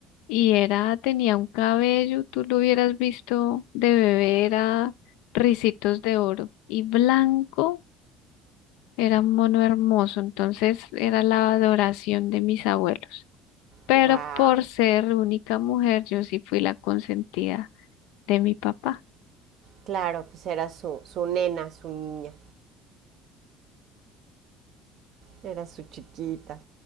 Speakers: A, on the left; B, on the right.
A: y era, tenía un cabello, tú lo hubieras visto de bebé, era ricitos de oro y blanco. Era un mono hermoso, entonces era la adoración de mis abuelos. Pero
B: wow.
A: por ser única mujer, yo sí fui la consentida de mi papá.
B: Claro, pues era su, su nena, su niña, era su chiquita.